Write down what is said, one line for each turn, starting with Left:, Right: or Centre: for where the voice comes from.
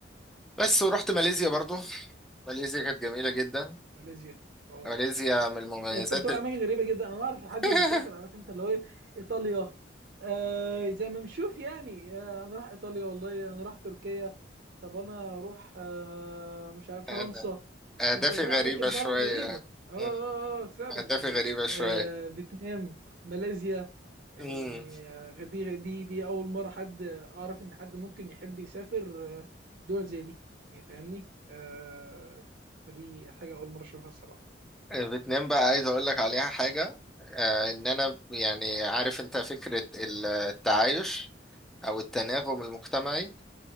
Centre: بس ورحت ماليزيا برضو ماليزيا كانت جميلة جدا
Right: ماليزيا اه
Centre: ماليزيا من المميزات
Right: انت بتروح
Centre: ال...
Right: اماكن غريبه جدا انا اعرف حد
Centre: <laughs>
Right: بيسافر عارف انت اللي هو ايه ايطاليا آه زي ما بنشوف يعني آه انا راح ايطاليا والله انا راح تركيا طب انا اروح آه مش عارف
Centre: أنا
Right: فرنسا
Centre: اهدافي
Right: انت بتروح
Centre: غريبة
Right: اماكن
Centre: شوية
Right: فعلا غريبه اه اه
Centre: مم.
Right: اه فعلا
Centre: اهدافي
Right: يعني
Centre: غريبة شوية
Right: آه فيتنام ماليزيا يعني
Centre: امم
Right: آه، دي دي دي اول مره حد اعرف ان حد ممكن يحب يسافر آه، دول زي دي يعني فاهمني آه فدي حاجه اول مره اشوفها الصراحه
Centre: فيتنام بقى عايز اقول لك عليها حاجة آه ان انا يعني عارف انت فكرة التعايش او التناغم المجتمعي